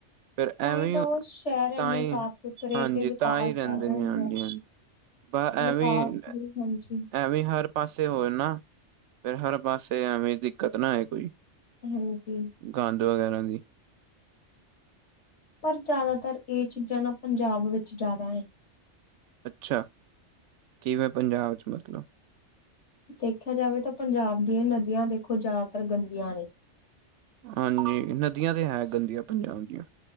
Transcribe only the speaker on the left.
ਤਾਂ
ਹੀ ਤਾਂ ਉਹ ਸ਼ਹਿਰ ਇੰਨੇ
ਸਾਫ਼ ਸੁਥਰੇ
ਤੇ ਵਿਕਾਸ
ਕਰ ਰਹੇ
ਹੁੰਦੇ
ਆ।
ਵਿਕਾਸ
ਵੀ ਹਾਂਜੀ
ਹਾਂਜੀ।
ਪਰ ਜਾਦਾਤਰ ਏ ਚੀਜ਼ਾਂ ਨਾ ਪੰਜਾਬ ਵਿੱਚ ਜਾਦਾ ਏ।
ਦੇਖਿਆ ਜਾਵੇ ਤਾਂ ਪੰਜਾਬ ਦੀਆਂ ਨਦੀਆਂ ਦੇਖੋ ਜਾਦਾਤਰ ਗੰਦੀਆ ਨੇ।